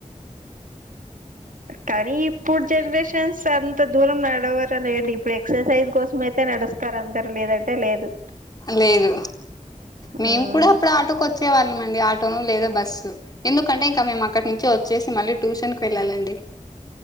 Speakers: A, on the right; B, on the left.
A: కానీ ఇప్పుడు జనరేషన్స్ అంత దూరం నడవరులేండి ఇప్పుడు ఎక్సర్సైజ్ కోసం అయితే నడుస్తారు అందరూ లేదంటే లేదు
B: లేదు మేము
A: మ్మ్
B: కూడా అప్పుడు ఆటోకి వచ్చే వాళ్ళమండి ఆట ఆటోను లేదా బస్సు ఎందుకంటే ఇంకా మేము అక్కడి నుంచి వచ్చేసి మళ్ళీ ట్యూషన్ కి వెళ్ళాలండి